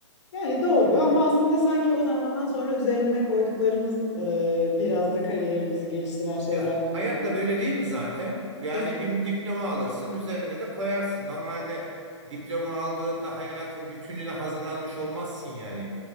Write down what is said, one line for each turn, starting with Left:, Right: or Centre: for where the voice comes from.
Left: Yani doğru ama aslında sanki o zamandan sonra üzerine koyduklarımız e, biraz da kariyerimizi geliştiren şeyler
Right: Ya hayat
Left: gibi.
Right: da böyle değil mi zaten? Yani
Left: Kes-
Right: bir diploma alırsın, üzerine de koyarsın. Normalde diploma aldığında hayatın bütününe hazırlanmış olmazsın yani.